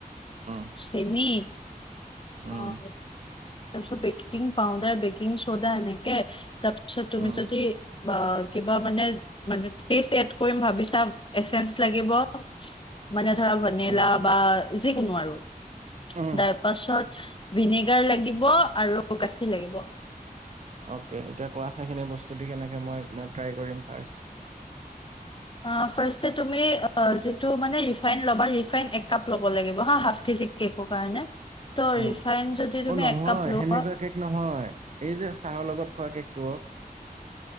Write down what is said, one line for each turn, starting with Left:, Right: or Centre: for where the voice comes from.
Right: উম,
Left: চেনী অ,
Right: উম,
Left: সেইটোৱে তাৰপিছত বেকিং পাউদাৰ, বেকিং চৌদা এনেকে তাৰপ তাৰপিছত তুমি
Right: উম,
Left: যদি বা কিবা মানে এ ষ্টেট কৰিম ভাবিছা <unintelligible> এচেঞ্চ লাগিব মানে ধৰা ভেনিলা
Right: উম,
Left: বা যিকোনো আৰু। <unintelligible>
Right: উম।
Left: পাছত ভিনেগাৰ লাগিব আৰু গাখীৰ লাগিব।
Right: অকে এতিয়া কোৱা সেইখিনি বস্তু দি কেনেকে মই মানে ট্ৰাই কৰিম ফাৰ্ষ্ট?
Left: অ, ফাৰ্ষ্ট এ তুমি অ, যিটো মানে ৰিফাইন ল'বা ৰিফাইন এক কাপ ল'ব লাগিব হা হাফ কেজ যি কে'ক কাৰণে। ত'
Right: উম,
Left: ৰিফাইন যদি তুমি
Right: অ, নহয়
Left: এক কাপ লোৱা
Right: সেনেকুৱা কেক নহয় এই যে চাৰৰ লগত খোৱা কেকটু অ,